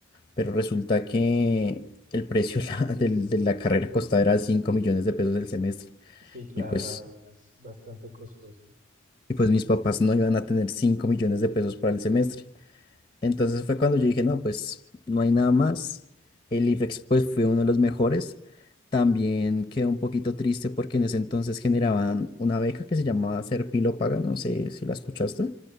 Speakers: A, on the left; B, on the right.
A: pero resulta que el precio <laughs> la- del- de la carrera costaba era 5 millones de pesos el semestre
B: Sí, claro,
A: y pues,
B: la Ariana es bastante costoso.
A: y pues mis papás no iban a tener 5 millones de pesos para el semestre. Entonces fue cuando yo dije, no, pues no hay nada más. El IFEX pues fue uno de los mejores. También quedé un poquito triste porque en ese entonces generaban una beca que se llamaba Serpilo Paga, no sé si la escuchaste.